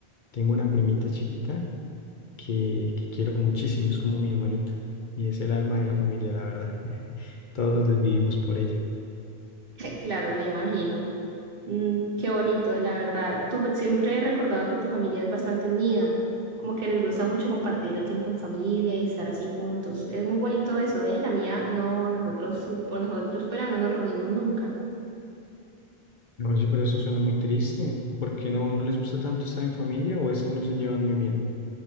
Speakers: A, on the left; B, on the right.
A: Tengo una primita chiquita que, que quiero muchísimo, es como mi hermanita y es el alma de la familia, la verdad. <laughs> Todos nos desvivimos por ella.
B: <laughs> Claro, me imagino. Mm, qué bonito, la verdad. Tú siempre he recordado que tu familia es bastante unida, como que les gusta mucho compartir el tiempo en familia y estar así juntos. Es muy bonito eso, ¿eh? La mía, no, nosotros, si por nosotros fuera, no nos reunimos nunca.
A: Oye, pero eso suena muy triste. ¿Por qué no, no les gusta tanto estar en familia o es que no se llevan muy bien?